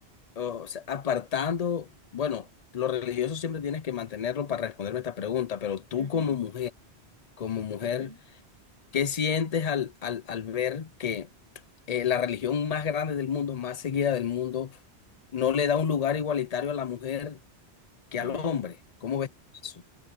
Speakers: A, on the left; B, on the right.
A: o sea, apartando, bueno, lo religioso siempre tienes que mantenerlo para responderme esta pregunta, pero tú
B: Ujú,
A: como mujer, como mujer,
B: ujú,
A: ¿qué sientes al, al, al ver que eh, la religión más grande del mundo, más seguida del mundo, no le da un lugar igualitario a la mujer que
B: mm.
A: al hombre? ¿Cómo ves eso?